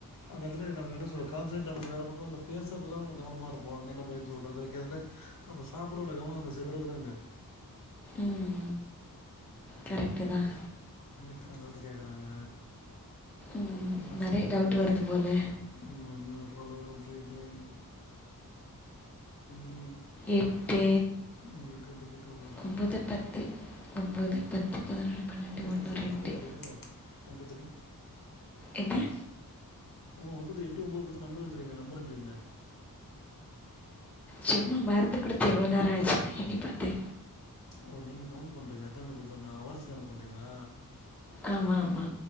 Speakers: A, on the left; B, in the centre.
A: அந்த இடல நம்ம என்ன சொல்ற கான்சன்ட்ரே நம்ம வேற பக்கம் அந்த பேசறதுலாம் நம்ம கவனமா இருப்போம் அங்க என்ன பதில் சொல்றது வைக்கதுன்னு அப்போ சாப்ரோட கவனம் அந்த சே தறுதலங்க <unintelligible>
B: உம் கரெக்டு தான்
A: டவுட்டு கேட்குறாங்க
B: ம்
A: என்ன
B: நிறைய
A: சொல்றது
B: டவுட் வருது போல்
A: ம்ம் ஜடல <unintelligible>
B: எட்டு
A: உங்களுக்கு டிக்கெட் ஓடுது
B: ஒன்பது பத்து ஒன்பது பத்து பதினொன்று பன்னெண்டு
A: என்ன
B: ஒன்று
A: தெரிய
B: ரெண்டு
A: நம்பர் என்ன்றக்க ஒன்ப தரியி <unintelligible>
B: இது <unintelligible>
A: ஆஹ ஒன்து எட்டு ஒன்பது பத்து நம்பர் எழுதுறீங்க நம்பர் என்றிங்களே
B: சும்மா மருந்து கூடுத்து எவ்ளோ நேர ஆச்சுங்க என்ணி பார்த்தே
A: ஓ நீங்க கவுண்ட் பண்றீங்க எத்த மணி <unintelligible> ண்ண அவர்ஸ கணக்கு பண்றீங்களா
B: ஆமாம் ஆமாம்